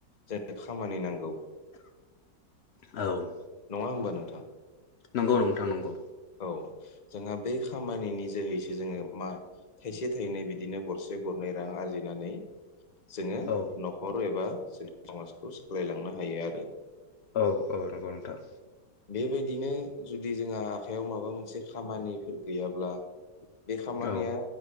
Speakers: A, on the left; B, on the left.
A: जोंनो खामानि नां
B: औ
A: नङा होमबा नोंथां?
B: नंगौ नोंथां नंगौ।
A: औ जोंहा बै खामानिनि जोहैसो जोङो मा थाइसे थाइनै बिदिनो गरसे गरनै रां आरजिनानै जोङो
B: औ
A: न'खर एबा जोंनि समाजखौ सालायलांनो हायो आरो।
B: औ औ नंगौ नों थां
A: बेबायदिनो जुदि जोंहा आखाइयाव माबा मोनसे खामानिफोर गैयाब्ला बे खामानिया
B: औ